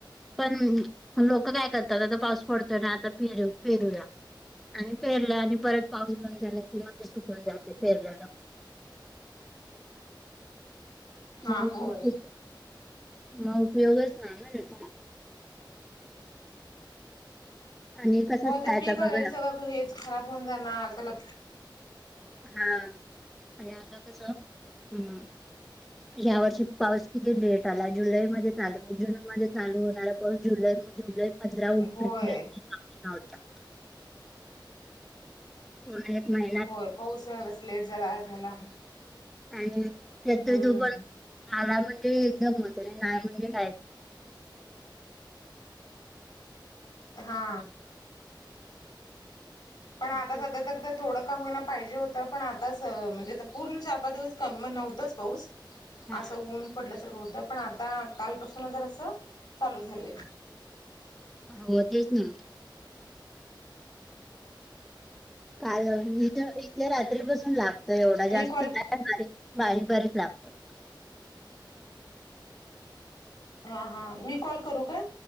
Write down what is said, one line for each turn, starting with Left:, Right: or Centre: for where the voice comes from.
Centre: पण लोक काय करतात आता पाऊस पडतोय ना आता पेरू पेरूया आणि पेरलं आणि परत पाऊस बंद झाला कि मग ते सुकून जाते पेरलल.
Left: हा
Centre: मग
Left: होय
Centre: <unintelligible> मग पेरूच नाही न त्याच्या आणि कसंच
Left: हो ते
Centre: आता
Left: पीक
Centre: बघ
Left: आलेल
Centre: ना
Left: सगळं हेच खराब होऊन जाणार त्याला
Centre: हा आणि आता कस हम्म.
Left: <inaudible>
Centre: या वर्षी पाऊस किती लेट आला जुलैमध्ये चालू जूनमध्ये चालू होणारा पाऊस जुलै म जुलै पंधरा उलटून
Left: होय
Centre: मिळत नाही <unintelligible> पूर्ण एक महि
Left: होय पाऊस या वेळेस लेट जाला झाला
Centre: आणि
Left: हम्म
Centre: त्यात तो पण आला म्हणजे एकदम होत नाही म्हणजे काहीच
Left: हा. पण आता
Centre: असं.
Left: सध्या तर ते थोडं का होईना पाहिजे हो त पण आता स म्हणजे पूर्ण चार पाच दिवस क नव्हतंच पाऊस
Centre: हा
Left: आसं ऊन पडल्या सा तर होता पण आता कालपासून जरासं चालू झालंय.
Centre: हो तेच ना. काल इथ इथे रात्रीपासून लागतं एवढा
Left: मी
Centre: जास्त
Left: कॉल
Centre: नाही <unintelligible> बारीक बारीक लागतोय.
Left: हा हा मी कॉल करू का?